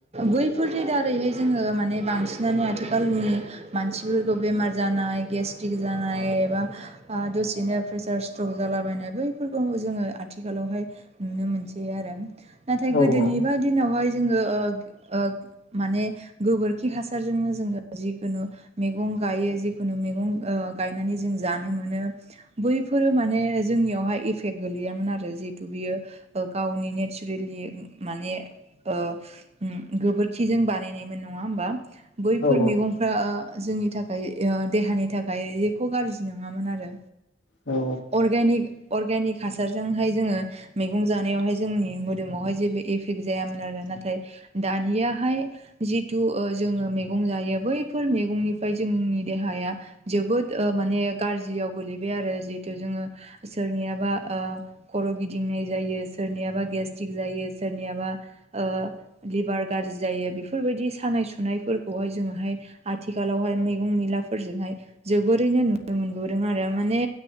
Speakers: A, on the right (about 35°); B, on the left (about 70°).
A: बैफोर दारैनो जोङो माने बांसिनानो आथिखालनि मानसिफोरखौ बेमार जानाय गेस्ट्रिक जानाय एबा ओ दसेनो प्रेसार स्ट्रक जालाबायनाय बैफोरखौ जोङो आथिखालाव नुनो मोनसै आरो नाथाय
B: औ
A: गोदोनिबा
B: औ
A: दिनावहाय जोङो ओ ओ माने गोबोरखि हासारजोंनो जोङो जिखुनु मेगं गायो जिखुनु मैगं ओ गायनानै जों जानो मोनो बैफोर माने जोंनियावहाय इफेक गोलैयामोन आरो जिहेतु बेयो गावनि नेत नेसुरेलि माने ओ उम गोबोरखिजों बानायनायमोन नङा होमबा? बैफोर
B: औ
A: मैगंफ्रा ओ जोंनि थाखाय ओ देहानि थाखाय एख' गाज्रि नङामोन आरो।
B: औ।
A: अर्गेनिक अर्गेनिक हासारजोंहाय जोङो मे गं जानायावहाय जोंनि मोदोमावहाय जेबो इफेक्ट जायामोन आरो नाथाय दानियाहाय जिथु जोङो मैगं जायो बैफोर मैगंनिफ्राय जोंनि देहाया जोबोद माने गाज्रियाव गोलैबाय आरो जिहेथु जोङो सोरनियाबा ओ खर' गिदिंनाय जायो सोरनियाबा गेस्तिक जायो सोरनियाबा ओ लिबार गाज्रि जायो बेफोर दि सानाय सुनायफोरखौहाय जोङोहाय आथिखालावहाय मैगं मैलाफोरजोंहाय जोबोरैनो नुनो मोनबोदों आरो। माने